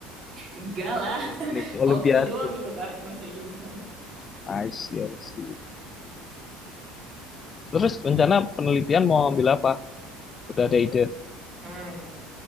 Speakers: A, on the right (about 30°); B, on the left (about 25°).
A: Enggak lah,
B: Jagoan
A: <laughs>
B: ini
A: hoki
B: Olimpiade.
A: doang itu Kak masuk jurusan.
B: I see, I see. Terus rencana penelitian mau ambil apa? Udah ada ide?
A: Nah, gitu.